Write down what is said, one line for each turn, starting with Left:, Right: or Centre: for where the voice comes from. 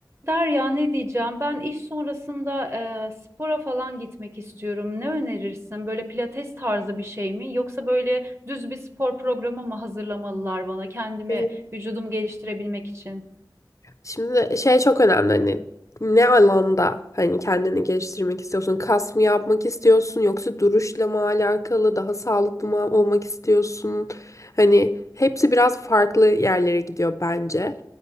Right: Derya ne diyeceğim? Ben iş sonrasında e, spora falan gitmek istiyorum. Ne önerirsin? Böyle pilates tarzı bir şey mi? Yoksa böyle düz bir spor programı mı hazırlamalılar bana kendimi,
Left: Ee,
Right: vücudumu geliştirebilmek için?
Left: Şimdi şey çok önemli hani ne alanda hani kendini geliştirmek istiyorsun? Kas mı yapmak istiyorsun yoksa duruşla mı alakalı daha sağlıklı mı olmak istiyorsun? Hani hepsi biraz farklı yerlere gidiyor bence.